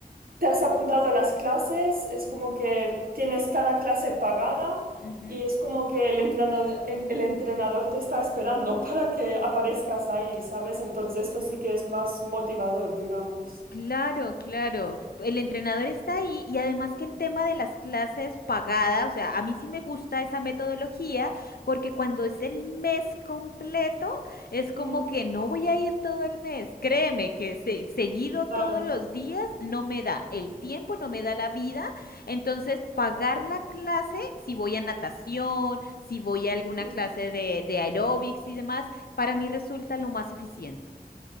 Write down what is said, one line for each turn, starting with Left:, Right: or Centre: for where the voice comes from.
Right: te has apuntado a las clases, es como que tienes cada clase pagada
Left: Ujú.
Right: y es como que el entrenador, el entrenador te está esperando <laughs> para que aparezcas ahí, ¿sabes? Entonces esto sí que es más motivador, digamos.
Left: Claro, claro. El entrenador está ahí y además que el tema de las clases pagadas, o sea, a mí sí me gusta esa metodología porque cuando es el mes completo, es como
Right: Ujú,
Left: que no voy a ir todo el mes. Créeme que se- seguido todos
Right: Claro.
Left: los días no me da el tiempo, no me da la vida. Entonces, pagar la clase, si voy a natación, si voy a alguna clase
Right: sí.
Left: de, de aeróbics y demás, para mí resulta lo más eficiente.